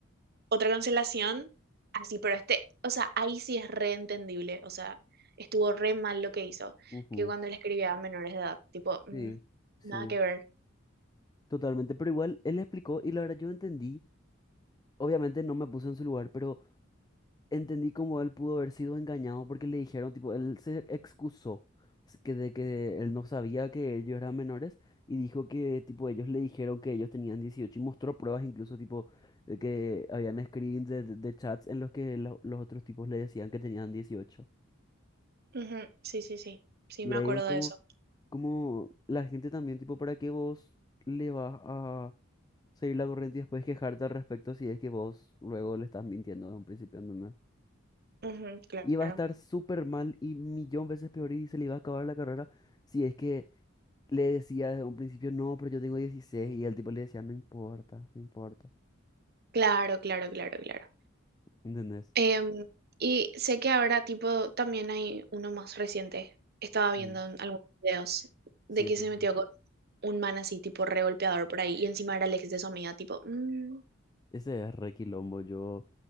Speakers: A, on the right; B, on the left.
A: otra cancelación, así, pero este, o sea, ahí sí es reentendible, o sea, estuvo re mal lo que hizo,
B: ujú.
A: que cuando le escribía a menores de edad, tipo, mm,
B: Sí, sí,
A: nada que ver.
B: totalmente. Pero igual él explicó y la verdad yo entendí. Obviamente no me puse en su lugar, pero entendí cómo él pudo haber sido engañado porque le dijeron, tipo, él se excusó s- que de que él no sabía que ellos eran menores y dijo que, tipo, ellos le dijeron que ellos tenían 18 y mostró pruebas incluso, tipo, de que habían screens de, de- de chats en los que lo- los otros tipos le decían que tenían 18.
A: Ujú, sí, sí, sí, sí,
B: Y
A: me
B: ahí
A: acuerdo
B: es como,
A: de eso.
B: como la gente también, tipo, ¿para qué vos le vas a seguir la corriente y después quejarte al respecto si es que vos luego le estás mintiendo desde un principio? No, no
A: Ujú, claro,
B: iba a estar súper mal y millón veces peor y se le iba a acabar la carrera si es que le decía desde un principio, no, pero yo tengo 16 y el tipo le decía, no importa, no importa,
A: claro, claro, claro, claro.
B: ¿entendés?
A: Em, y sé que ahora, tipo, también hay uno más reciente. Estaba viendo
B: Sí.
A: en algunos videos
B: Sí,
A: de que
B: sí,
A: se
B: sí.
A: metió con un man así, tipo, re golpeador por ahí. Y encima era el ex de su amiga, tipo, mm,
B: Ese es re quilombo. Yo